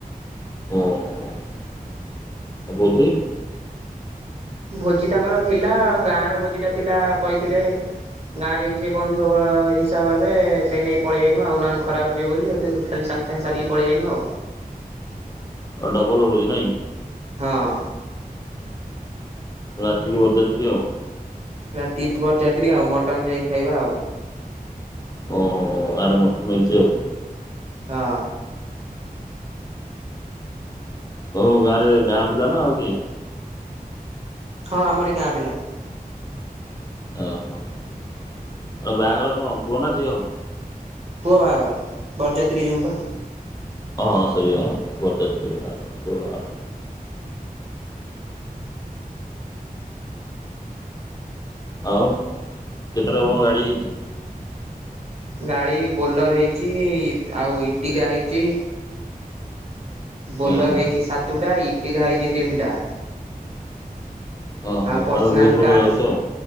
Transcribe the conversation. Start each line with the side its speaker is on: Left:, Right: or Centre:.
Left: ଓୋ ଆଉ ଭୋଜି?
Right: ଭୋଜି ତାଙ୍କର ଥିଲା ଆଉ ଗାଁ ରେ ଭୋଜି ଟା ଥିଲା କହିଥିଲେ ଗାଁରେ ବି ସେ ବନ୍ଧୁବ ହିସାବ ଭାବେ ସେଇ ନେଇକି ପଳେଇଆାଇନୁ ଆଉ ନହେଲେ ଖରାପ ଭାବିବେ ବୋଲି ସେଠୁ ଖାଲି ସାଙ୍ଗେ ସାଙ୍ଗେ ସାରିକି ପଳେଇଆାଇନୁ ଆଉ।
Left: ଆଉ ଡବଲ ହଉଛି ନାଇଁ?
Right: ହଁ।
Left: ରାତିକି ବରଯାତ୍ରୀ ଆଉ?
Right: ରାତି ବରଯାତ୍ରୀ ଆଉ ମଟନ୍ ଯାଇକି ଖାଇବା ଆଉ।
Left: ଓ ଆଡେ ମଟନ ହଇଛି ଅଉ।
Right: ହଁ।
Left: ହଉ ଗାଁରେ ଗାଁ ପିଲା ନା ଅଉ କିଏ?
Right: ହଁ ଆମର ଗାଁ ପିଲା।
Left: ଓହୋ ଆଉ ବାହାଘର କଣ ପୁଅ ନା ଝିଅ?
Right: ପୁଅ ବାହାଘର ବରଯାତ୍ରୀ ଜୁମୁ ପା।
Left: ହଁ ହଁ ସେଇଆ ବରଯାତ୍ରୀ ଆଉ କେତେଟା କଣ ଗାଡି ହେଇଛି?
Right: ଗାଡ଼ି ବୋଲର ହେଇଛି ଆଉ ଇଟିକା ହେଇଛି। ବୋଲର
Left: ଓହୋ
Right: ହେଇଛି ସାତଟା ଇ ଟିଘା ହେଇଛି ତିନିଟା।
Left: ଓହୋ
Right: ଆଉ ପର୍ସନାଲ
Left: ତାହେଲେ ବହୁତ ଲୋକ
Right: କାର୍
Left: ଯାଉଛ ଆଉ।